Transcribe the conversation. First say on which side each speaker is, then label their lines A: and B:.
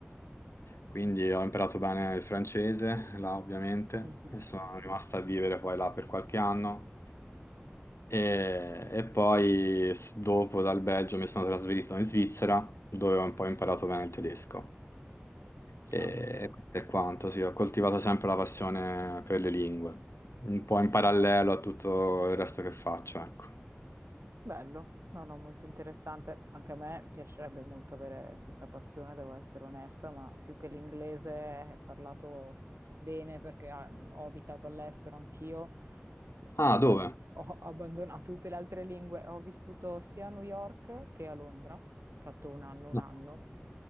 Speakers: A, on the left; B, on the right.
A: quindi ho imparato bene il francese, là ovviamente,
B: mhm.
A: e sono rimasto a vivere poi là per qualche anno. E, e poi s- dopo dal Belgio mi sono trasferito in Svizzera, dove ho un po' imparato bene il tedesco. E
B: Ah,
A: questo è quanto, sì, ho coltivato sempre la passione per le lingue, un po' in parallelo a tutto il resto che faccio, ecco.
B: Bello, no, no, molto interessante. Anche a me piacerebbe molto avere questa passione, devo essere onesta, ma più che l'inglese eh, è parlato bene perché ah, ho abitato all'estero anch'io. Purtroppo
A: Ah, dove?
B: ho abbandonato tutte le altre lingue. Ho vissuto sia a New York che a Londra, ho fatto un anno, un
A: No.
B: anno,